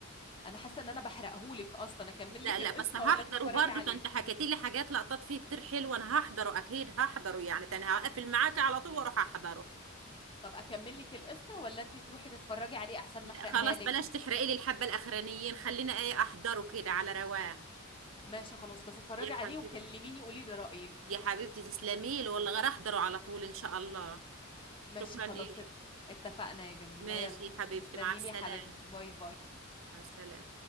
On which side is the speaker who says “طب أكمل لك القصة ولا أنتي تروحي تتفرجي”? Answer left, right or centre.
Left